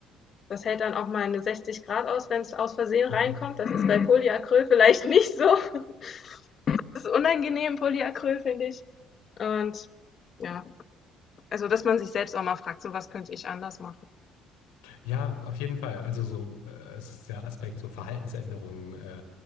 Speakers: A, on the left; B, on the left.
A: das hält dann auch mal eine 60 Grad aus, wenn es aus Versehen
B: <laughs>
A: reinkommt. Das ist bei <laughs> Polyacryl vielleicht nicht so. <laughs> Das ist unangenehm, Polyacryl, finde ich. Und ja, also dass man sich selbst auch mal fragt, so was könnte ich anders machen.
B: Ja, auf jeden Fall. Also so, äh, es ist der Aspekt so Verhaltensänderungen, äh,